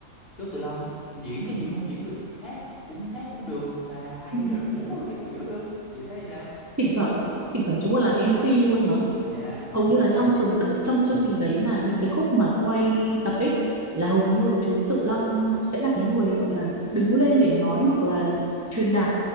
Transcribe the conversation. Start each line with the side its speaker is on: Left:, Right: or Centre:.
Left: Chú Tự Long diễn cái gì cũng diễn được, hát cũng hát cũng được mà hay
Right: ừ.
Left: rồi múa rồi các kiểu nữa. Chị thấy sao?
Right: thỉnh thoảng thỉnh thoảng chú còn làm MC luôn
Left: Dạ.
Right: hầu như là trong trường đấy trong chương trình đấy mà những cái khúc mà quay tập ấy là hầu như là chú Tự Long sẽ là cái người gọi là đứng lên để nói hoặc là truyền đạt